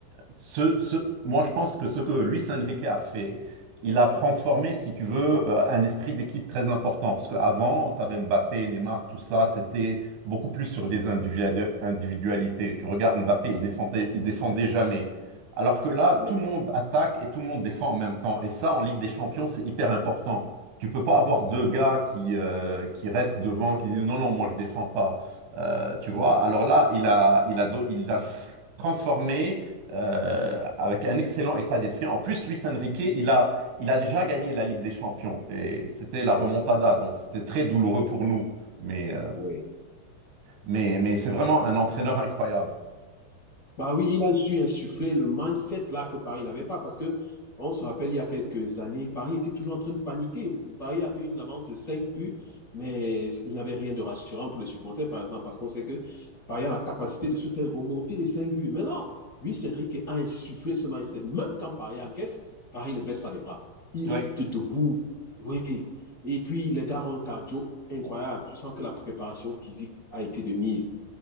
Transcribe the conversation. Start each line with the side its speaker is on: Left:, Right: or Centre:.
Right: ce, ce- moi, je pense que ce que Luis Enrique a fait, il a transformé, si tu veux, euh, un esprit d'équipe très important. Parce qu'avant, tu avais Mbappé, Neymar, tout ça, c'était beaucoup plus sur des individu- individualités. Tu regardes Mbappé, il défendait, il défendait jamais. Alors que là,
Left: Pardon.
Right: tout le monde attaque et tout le monde défend en même temps. Et ça, en Ligue des Champions, c'est hyper important. Tu peux pas avoir
Left: Ouais,
Right: deux gars qui, euh, qui restent devant, qui disent non, non, moi, je défends pas. Euh, tu vois,
Left: ouais,
Right: alors là, il a, il a, do- il a f- transformé euh, avec un excellent état d'esprit. En plus, Luis Enrique, il a, il a déjà gagné la Ligue des Champions et c'était la
Left: ouais,
Right: remontada, donc c'était très douloureux pour nous. Mais, euh,
Left: oui,
Right: mais, mais c'est vraiment un entraîneur incroyable.
Left: Bah oui, il a su insuffler le mindset là que Paris n'avait pas parce que on se rappelle il y a quelques années, Paris était toujours en train de paniquer. Paris avait une avance de 5 buts, mais il n'y avait rien de rassurant pour les supporters par exemple parce qu'on sait que Paris a la capacité de se faire remonter les 5 buts. Maintenant, Luis Enrique a insufflé ce mindset. Même quand Paris encaisse, Paris ne baisse pas les bras. Il
Right: Oui,
Left: reste debout. Oui. Et puis les gars ont un cardio incroyable. Tu sens que la préparation physique a été de mise.